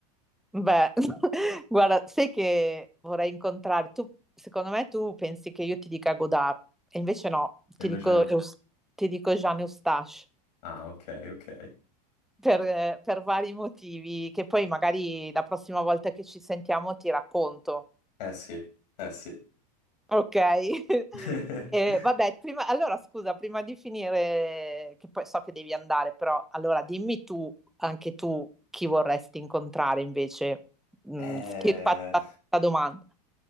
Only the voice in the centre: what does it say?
Beh, <laughs> guarda, sai che vorrei incontrare, tu, secondo me tu pensi che io ti dica Godard, e invece no,
ti
dico,
Eus- ti dico Jean Eustache,
per, eh, per vari motivi, che poi magari la prossima volta che ci sentiamo ti racconto,
ok? <laughs>
Eh, vabbè, prima- allora scusa, prima di finire, che poi so che devi andare, però allora dimmi tu, anche tu, chi vorresti incontrare invece, Mm,
ti faccio la la domanda.